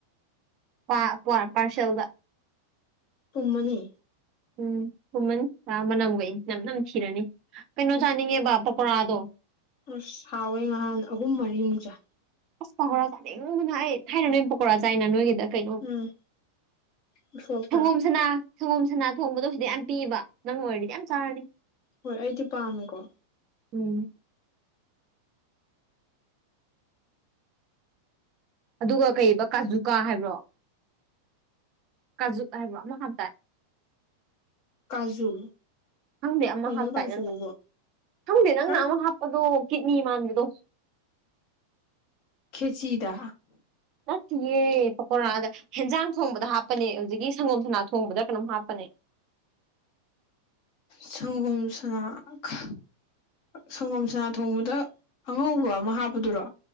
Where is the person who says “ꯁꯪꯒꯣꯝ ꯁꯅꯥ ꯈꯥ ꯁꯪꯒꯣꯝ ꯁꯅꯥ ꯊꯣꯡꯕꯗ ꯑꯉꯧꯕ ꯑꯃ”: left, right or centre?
Left